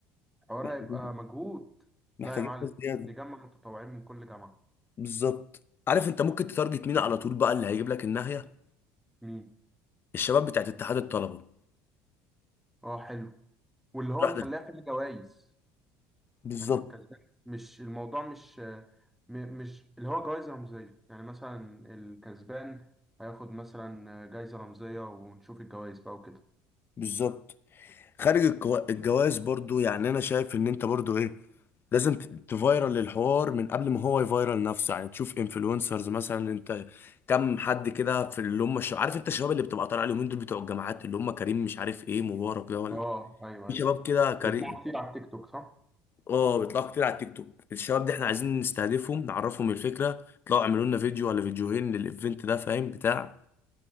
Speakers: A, in the centre; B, on the left.
A: حوار
B: محتاجين
A: هيبقى مجهود
B: محتاجين
A: لا يا معلم
B: ناس زياده
A: نجمع متطوعين من كل جامعة
B: بالظبط عارف انت ممكن تتارجت مين على طول بقى اللي هيجيب لك الناهيه
A: مين
B: الشباب بتاعت اتحاد الطلبه
A: اه حلو واللي هو
B: راح
A: نخليها
B: ده
A: فيها جوائز
B: بالظبط
A: يعني من الكسبان مش الموضوع مش م- مش اللي هو جوائز رمزية يعني مثلا الكسبان هياخد مثلا جايزة رمزية ونشوف الجوائز بقى وكده
B: بالظبط خارج الكوا- الجواز برضو يعني انا شايف ان انت برضو ايه لازم ت- تفايرل الحوار من قبل ما هو يفايرل نفسه يعني تشوف انفلونسرز مثلا انت كم حد كده في اللي هم الش- عارف انت الشباب اللي بتبقى طالع اليومين دول بتوع الجامعات اللي هم كريم مش عارف ايه مبارك ده ولا
A: اه ايوه
B: في
A: ايوه
B: شباب كده كريم
A: بيطلعوا كتير على التيك توك صح
B: اه بيطلعوا كتير على التيك توك الشباب دي احنا عايزين نستهدفهم نعرفهم الفكره يطلعوا يعملوا لنا فيديو ولا فيديوهين للايفنت ده فاهم بتاع